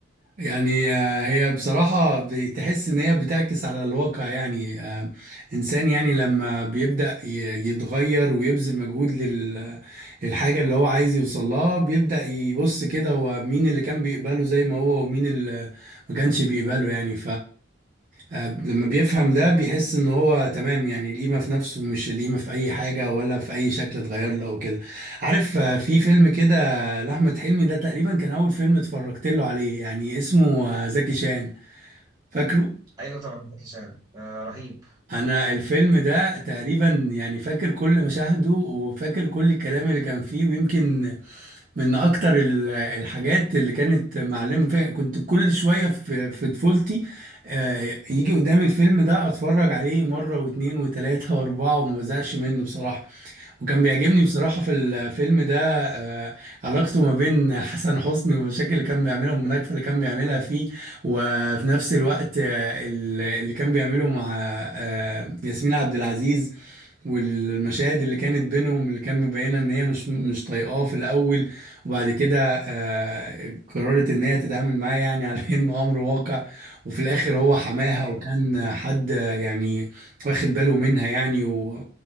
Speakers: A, on the right; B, on the right.
A: يعني آه، هي بصراحة بتحس إن هي بتعكس على الواقع يعني آه، إنسان يعني لما بيبدأ ي- يتغير ويبذل مجهود لل- للحاجة اللي هو عايز يوصل لها بيبدأ يبص كده هو مين اللي كان بيقبله زي ما هو ومين اللي ما كانش بيقبله يعني آه، لما بيفهم ده بيحس ان هو تمام يعني القيمة في نفسه مش القيمة في اي حاجة ولا في اي شكل اتغير له او كده عارف آه، في فيلم كده لأحمد حلمي ده تقريبا كان اول فيلم اتفرجت له عليه يعني اسمه آه، زكي شان فاكره
B: ايوه طبعا زكي شان آه رهيب
A: انا الفيلم ده تقريبا يعني فاكر كل مشاهده وفاكر كل الكلام اللي كان فيه ويمكن من اكتر ال- الحاجات اللي كانت معلمه فيا كنت كل شويه في في طفولتي آه، يجي قدامي الفيلم ده اتفرج عليه مره واتنين وتلاته واربعه وما بزهقش منه بصراحه وكان بيعجبني
B: امم
A: بصراحه في الفيلم ده آه، علاقته ما بين حسن حسني والمشاكل اللي كان بيعملها والمناكفه اللي كان بيعملها فيه وفي نفس الوقت آه، ال- اللي كان بيعمله مع آه، ياسمين عبد العزيز والمشاهد اللي كانت بينهم اللي كان مبينه ان هي مش مش طايقاه في الاول وبعد كده آه قررت ان هي تتعامل معاه يعني على <laughs> انه امر واقع وفي الاخر هو حماها
B: ايوه
A: وكان حد آه، يعني واخد باله منها يعني و